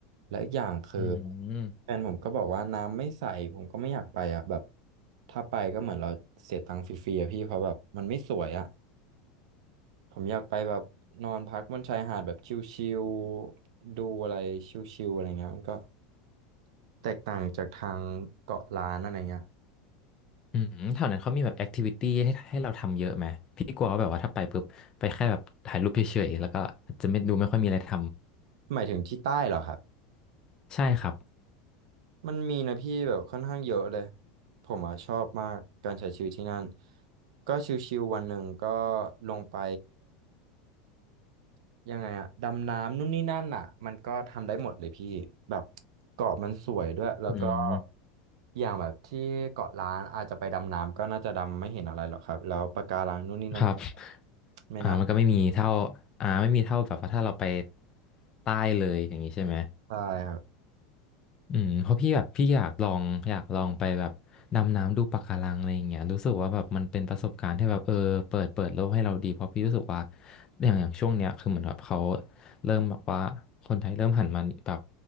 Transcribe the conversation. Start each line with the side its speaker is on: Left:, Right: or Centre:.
Right: และอีกอย่างคือ
Left: อืม
Right: แฟนผมก็บอกว่าน้ำไม่ใสผมก็ไม่อยากไปอ่ะแบบถ้าไปก็เหมือนเราเสียตังค์ฟรีๆอะพี่เพราะแบบมันไม่สวยอ่ะผมอยากไปแบบนอนพักบนชายหาดแบบชิลๆดูอะไรชิลๆอะไรเงี้ยมันก็แตกต่างจากทางเกาะล้านอะไรเงี้ย
Left: อืมแถวนั้นเขามีแบบแอคทิวิตี้ให้ให้เราทำเยอะไหมพี่กลัวว่าแบบว่าถ้าไปปุ๊บไปแค่แบบถ่ายรูปเฉยๆแล้วก็จะไม่ดูไม่ค่อยมีอะไรท
Right: หมายถึงที่ใต้เหรอครับ
Left: ำใช่ครับ
Right: มันมีนะพี่แบบค่อนข้างเยอะเลยผมอ่ะชอบมากการใช้ชีวิตที่นั่นก็ชิวๆวันหนึ่งก็ลงไปยังไงอะดำน้ำนู่นนี่นั่นอ่ะมันก็ทำได้หมดเลยพี่แบบเกาะมันสวยด้วยแล้วก็
Left: อืม
Right: อย่างแบบที่เกาะล้านอาจจะไปดำน้ำก็น่าจะดำไม่เห็นอะไรหรอกครับแล้วปะการังนู่นนี่นั่นก็
Left: ครับ
Right: ไม่น่า
Left: อ่ามันก็ไม่มีเท่าอ่าไม่มีเท่าแบบว่าถ้าเราไปใต้เลยอย่างนี้ใช่ไหม
Right: ใช่ครับ
Left: อืมเพราะพี่แบบพี่อยากลองอยากลองไปแบบดำน้ำดูปะการังอะไรอย่างเงี้ยรู้สึกว่าแบบมันเป็นประสบการณ์ที่แบบเออเปิดเปิดโลกให้เราดีเพราะพี่รู้สึกว่าอย่างอย่างช่วงเนี้ยคือเหมือนแบบเขาเริ่มแบบว่าคนไทยเริ่มหันมาแบบ